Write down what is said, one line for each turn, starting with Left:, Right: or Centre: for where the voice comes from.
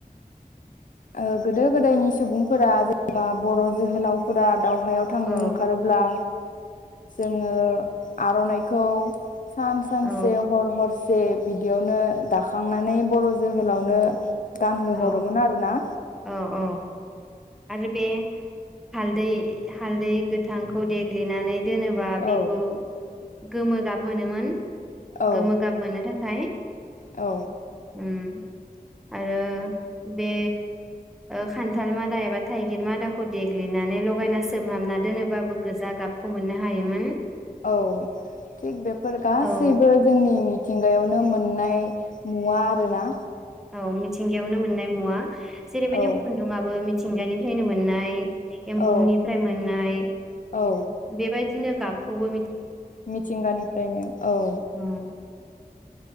Left: ओ गोदो गोदायनि सुबुंफोरा जेनेबा बर' जोहोलावफोरा दावहायाव थांनो
Centre: औ
Left: ओंखारोब्ला जोङो आर'नाइखौ सान सानसे
Centre: औ
Left: हर हर से बिदियावनो दाखांनानै बर' जोहोलावनो गानहो
Centre: औ
Left: हरोमोन आरो ना।
Centre: औ औ। आरो बे हालदै हालदै गोथांखौ देग्लिनानै दोनोबा बेखौ
Left: औ
Centre: गोमो गाब मोनोमोन।
Left: औ
Centre: गोमो गाब मोनो था खाय
Left: औ।
Centre: उम‌‌ आरो बे ओ खान्थाल मा दा एबा थाइगिर मादाखौ देग्लिनानै लगायना सोमहाबना दोनोबाबो गोजा गाबखौ मोननो हायोमोन।
Left: औ थिग बेफोर गासैबो
Centre: औ
Left: जोंनि मि थिंगायावनो मोननाय मुवा आरोना।
Centre: औ मिथिंगायावनो मोननाय मुवा। जेरैबादि
Left: औ
Centre: खुन्दुङाबो मि थिंगानिफ्रायनो मोननाय। एम्फौनिफ्राय
Left: औ
Centre: मोननाय
Left: औ
Centre: बेबायदिनो गाब खौबो
Left: मिथिंगानिफ्रायनो औ।
Centre: उम